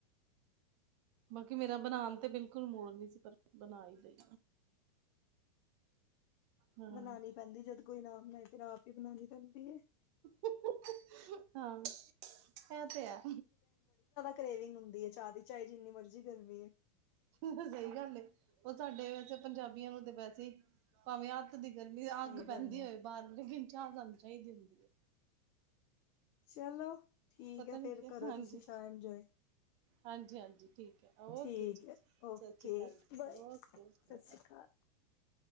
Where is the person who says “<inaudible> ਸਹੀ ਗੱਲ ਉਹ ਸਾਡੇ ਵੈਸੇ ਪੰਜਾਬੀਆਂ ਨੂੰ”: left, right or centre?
Right